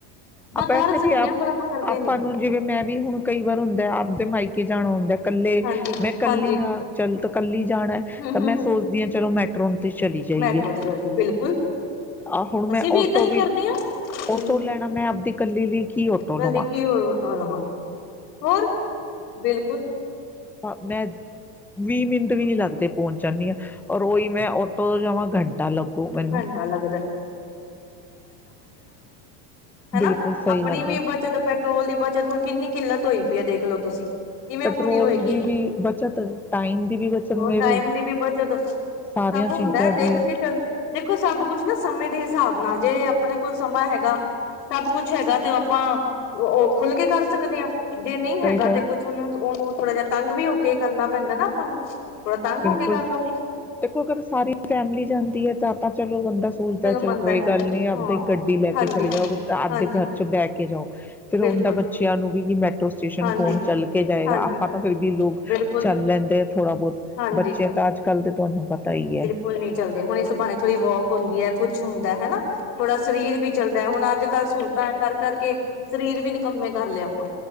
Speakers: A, in the centre; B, on the left (about 80°).
A: ਆਪਾਂ
B: ਕਰ
A: ਵੈਸੇ
B: ਸਕਦੇ
A: ਵੀ ਆਪ
B: ਹਾਂ ਪਰ ਕਰਦੇ
A: ਆਪਾਂ
B: ਨੀ
A: ਨੂੰ ਜਿਵੇਂ ਮੈਂ ਵੀ ਹੁਣ ਕਈ ਵਾਰ ਹੁੰਦਾ ਆਪਦੇ ਮਾਈਕ ਕੇ ਜਾਣਾ ਹੁੰਦਾ ਕੱਲੇ
B: ਹਾਂਜੀ
A: ਮੈਂ ਕੱਲੀ
B: ਹਾਂਜੀ
A: ਹਾਂ ਚੱਲ ਤਾਂ ਕੱਲੀ ਜਾਣਾ
B: ਹਮ
A: ਤਾਂ
B: ਹਮ
A: ਮੈਂ
B: ਹਮ
A: ਸੋਚਦੀ ਆਾਂ ਚਲੋ ਮੈਟਰੋ ਤੇ ਚਲੀ ਜਾਈਏ
B: ਮੈਟਰੋ ਤੇ ਚੱਲੀਏ ਬਿਲਕੁਲ
A: ਆਹ ਹੁਣ ਮੈਂ
B: ਅਸੀਂ
A: ਔਟੋ
B: ਏਦਾਂ ਹੀ
A: ਵੀ,
B: ਕਰਦੇ ਹਾਂ ਹਮ
A: ਔਟੋ ਲੈਣਾ ਮੈਂ ਲੀ ਲਈ ਕੀ ਆਟੋ,
B: ਜਲਦੀ
A: <inaudible>
B: ਕੀ ਹੋਰ ਲਵਾਂ ਹੋਰ ਬਿਲਕੁਲ
A: ਮੈਂ ਵੀਹ ਮਿੰਟ ਵੀ ਨੀ ਲੱਗਦੇ ਪਹੁੰਚ ਜਾਂਨੀ ਹਾਂ, ਔਰ ਉਹੀ ਮੈਂ ਔਟੋ ਤੇ ਜਾਵਾਂ ਘੰਟਾ ਲੱਗੋ ਮੈਨੂੰ
B: ਘੰਟਾ ਲੱਗਦਾ ਹੈਨਾ,
A: ਬਿਲਕੁਲ ਸਹੀ
B: ਆਪਣੀ
A: ਗੱਲ
B: ਵੀ
A: ਹੈ।
B: ਬੱਚਤ ਪੈਟਰੋਲ ਦੀ ਬੱਚਤ ਹੁਣ ਕਿੰਨੀ ਕਿੱਲਤ ਹੋਈ ਪਈ ਹੈ ਦੇਖਲੋ ਤੁਸੀਂ ਕਿਵੇਂ
A: ਪੈਟਰੋਲ
B: ਪੂਰੀ ਹੋਏਗੀ
A: ਦੀ ਵੀ ਬਚਤ, ਟਾਈਮ ਦੀ ਵੀ ਬਚਤ
B: ਹੋਰ
A: ਮੇਰੇ
B: ਟਾਈਮ ਦੀ ਵੀ ਬੱਚਤ ਸਭ
A: ਸਾਰੀਆਂ
B: ਹੁੰਦਾ
A: ਚੀਜ਼ਾਂ
B: ਦੇਖ
A: ਦੀ
B: ਕੇ ਚਲ, ਦੇਖੋ ਸਭ ਕੁਛ ਨਾ ਸਮੇਂ ਦੇ ਹਿਸਾਬ ਨਾਲ ਜੇ ਆਪਣੇ ਕੋਲ ਸਮਾਂ ਹੈਗਾ ਸਭ ਕੁਛ ਹੈਗਾ ਤੇ ਉਹ ਆਪਾਂ, ਉਹ ਖੁੱਲ ਕੇ ਕਰ ਸਕਦੇ ਹਾਂ ਜੇ ਨਹੀਂ
A: ਸਹੀ
B: ਹੈਗਾ
A: ਗੱਲ
B: ਤੇ ਕੁਛ ਉਹਨੂੰ ਤੇ ਉਹਨੂੰ ਥੋੜਾ ਜਿਹਾ ਤੰਗ ਵੀ ਹੋ ਕੇ ਕਰਨਾ ਪੈਂਦਾ ਨਾ ਆਪਾਂ ਨੂੰ ਥੋੜਾ ਤੰਗ
A: ਬਿਲਕੁਲ
B: ਹੋ ਕੇ ਕਰ ਲੋ
A: ਦੇਖੋ ਅਗਰ ਸਾਰੀ ਫੈਮਿਲੀ ਜਾਂਦੀ ਹੈ ਜਾਂ ਤਾਂ ਚਲੋ ਬ ਸੋਚਦਾ
B: ਚਲੋ ਮੰਨਦਾ
A: ਚੱਲ ਕੋਈ
B: ਸੋਦਾ
A: ਗੱਲ ਨਹੀਂੀ
B: ਹਾਂ
A: ਆਪਦੇ ਗੱਡੀ ਲੈ
B: ਹਾਂਜੀ
A: ਕੇ ਚਲੇ ਜਾਓ ਆਪਦੇ
B: ਹਾਂਜੀ
A: ਕਾਰ ਚ ਬਹਿ ਕੇ ਜਾਓ ਫੇਿਰ
B: ਬਿਲਕੁਲ
A: ਉਹਦਾ ਬੱਚਿਆਂ ਨੂੰ ਵੀ ਮੈ ਸਟੇਸ਼ਨ
B: ਹਾਂਜੀ
A: ਕੌਣ ਚੱਲ ਕੇ ਜਾਏਗਾ
B: ਹਾਂਜੀ
A: ਆਪਾਂ ਤਾਂ ਫਿਰ ਵੀ ਲੋਕ
B: ਬਿਲਕੁਲ
A: ਚੱਲ ਲੈਂਦੇ ਆ ਥੋੜਾ ਬਹੁਤ
B: ਹਾਂਜੀ
A: ਬੱਚੇ ਤਾਂ ਅੱਜ ਕੱਲ੍ਹ ਦੇ ਤੁਹਾਨੂੰ ਪਤਾ ਹੀ ਹੈ
B: ਬਿਲਕੁਲ ਨੀ ਚੱਲਦੇ ਹੁਣ ਇਸ ਬਾਨੇ ਥੋੜ੍ਹੀ ਵੋਕ ਹੁੰਦੀ ਹੈ। ਕੁਛ ਹੁੰਦਾ ਹਨਾ। ਥੋੜਾ ਸਰੀਰ ਵੀ ਚੱਲਦਾ ਹੈ, ਹੁਣ ਅੱਜ ਕੱਲ੍ਹ ਸਹੂਲਤਾਂ ਕਰ। ਕਰਕੇ ਸਰੀਰ ਵੀ ਨਿਕੰਮੇ ਕਰ ਲਿਆ ਆਪਾਂ